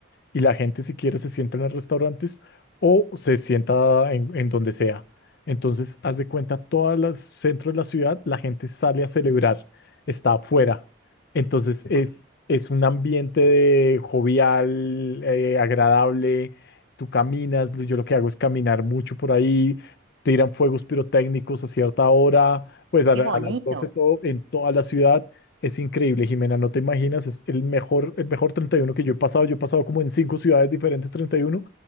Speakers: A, on the left; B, on the right.
A: y la gente si quiere se sienta en los restaurantes o se sienta en, en donde sea. Entonces, haz de cuenta, todos los centros de la ciudad, la gente sale a celebrar, está afuera. Entonces, es,
B: Ah,
A: es un ambiente de jovial, eh, agradable. Tú caminas, yo lo que hago es caminar mucho por ahí, tiran fuegos pirotécnicos a cierta hora, pues a,
B: Qué
A: la-
B: bonito.
A: a las doce todo, en toda la ciudad es increíble, Jimena, no te imaginas, es el mejor, el mejor 31 que yo he pasado. Yo he pasado como en cinco ciudades diferentes treinta y uno